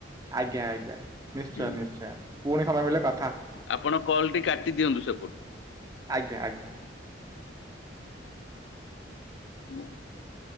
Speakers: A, on the right; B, on the left.
A: ଆଜ୍ଞା ଆଜ୍ଞା ନିଶ୍ଚୟ
B: ହୁଁ
A: ନିଶ୍ଚୟ, ପୁଣି ସମୟ ମିଳିଲେ କ
B: ଆପଣ କଲ୍ ଟି କାଟି ଦିଅନ୍ତୁ ସେପଟୁ।
A: ଆଜ୍ଞା ଆଜ୍ଞା।
B: <inaudible>